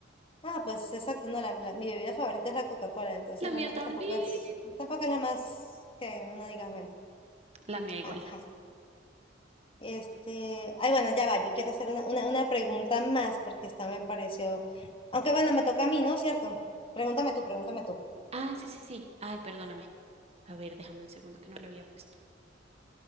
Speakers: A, on the left; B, on the right.
A: Ah, pues exacto, no, la, la- mi bebida favorita es la Coca-Cola, entonces
B: La mía
A: realmente
B: también.
A: tampoco es, tampoco es la más que uno diga, bueno,
B: La mía igual.
A: ajá. Este, ay, bueno, ya va, yo quiero hacer una, una, una pregunta más porque esta me pareció, aunque bueno, me toca a mí, ¿no? ¿Cierto? Pregúntame tú, pregúntame tú.
B: Ah, sí, sí, sí. Ay, perdóname. A ver, déjame un segundo que no le había puesto.